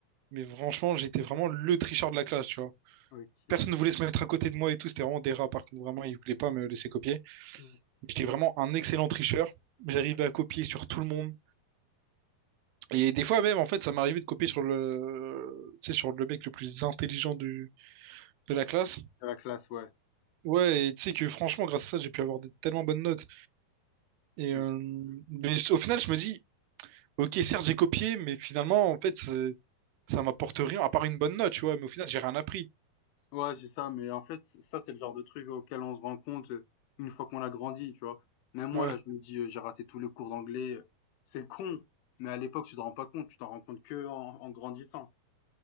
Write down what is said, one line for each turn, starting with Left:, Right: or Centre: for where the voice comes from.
Right: Mais franchement, j'étais vraiment le tricheur de la classe, tu vois.
Left: OK.
Right: Personne ne voulait se mettre à côté de moi et tout, c'était vraiment des rats, par contre, vraiment, ils voulaient pas me laisser copier.
Left: Mmh.
Right: J'étais vraiment un excellent tricheur. J'arrivais à copier sur tout le monde. Et des fois même, en fait, ça m'arrivait de copier sur le, tu sais, sur le mec le plus intelligent du, de la classe.
Left: La classe, ouais.
Right: Ouais, et tu sais que franchement, grâce à ça, j'ai pu avoir des tellement bonnes notes. Et
Left: Mmh.
Right: euh, mais au final, je me dis, ok, certes, j'ai copié, mais finalement, en fait, c'est- ça m'apporte rien, à part une bonne note, tu vois. Mais au final, j'ai rien appris.
Left: Ouais, c'est ça, mais en fait, ça, c'est le genre de truc auquel on se rend compte, heu, une fois qu'on a grandi, tu vois? Même moi,
Right: Ouais,
Left: là, je me dis, heu: «J'ai raté tous les cours d'anglais», heu, c'est con, mais à l'époque, tu t'en rends pas compte, tu t'en rends compte que en en grandissant